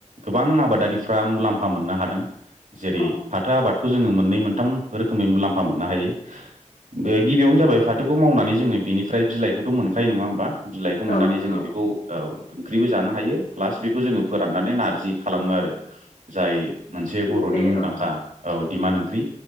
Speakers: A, on the right; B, on the left.
A: गोबां आबादारिफ्रा मुलाम्फा मोननो हादों। जेरै
B: औ
A: फाथो आबाद खौ जोङो मोननै मोनथाम रोखोमै मुलामा मोननो हायो बे गिबियावनो जाबाय फाथोखौ मावनानै जोङो बिनिफ्राय बिलाइखौथ' मोनखायो नङा होमबा बिलाइखौ मोननानै
B: औ नोंथां
A: जोंङो
B: औ
A: बेखौ औ ओंख्रिबो जानो हायो। प्लास बेखौ जोंङो फोराननानै नारजि खालामो आरो। जाय
B: औ
A: मोनसे बर'नि
B: बे
A: मुंदांखा
B: औ
A: औ दिमान ओंख्रि